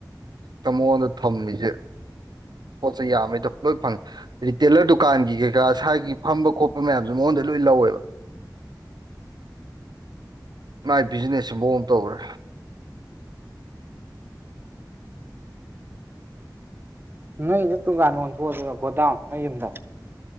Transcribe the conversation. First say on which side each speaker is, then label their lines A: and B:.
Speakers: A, on the right; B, on the right.
A: ꯃꯉꯣꯟꯗ ꯊꯝꯃꯤꯁꯦ ꯄꯣꯠꯁꯦ ꯌꯥꯝꯃꯦ ꯂꯣꯏ ꯐꯪꯉꯦ ꯔꯤꯇꯦꯂꯔ ꯗꯨꯀꯥꯟꯒꯤ ꯀꯩꯀꯥ ꯁꯥꯏꯒꯤ ꯐꯝꯕ ꯈꯣꯠꯄ ꯃꯌꯥꯝꯁꯨ ꯃꯉꯣꯟꯗ ꯂꯣꯏ ꯂꯧꯋꯦꯕ ꯃꯥꯏ ꯕꯤꯖꯤꯅꯦꯁꯁꯦ ꯃꯑꯣꯥꯎ ꯑꯃ ꯇꯧꯈ꯭ꯔꯦ
B: ꯅꯣꯏꯗ ꯇꯨꯡꯀꯥꯟ ꯑꯣꯟꯊꯣꯛꯑꯁꯤꯔ ꯒꯣꯗꯥꯎ ꯅꯣꯏ ꯌꯨꯝꯗ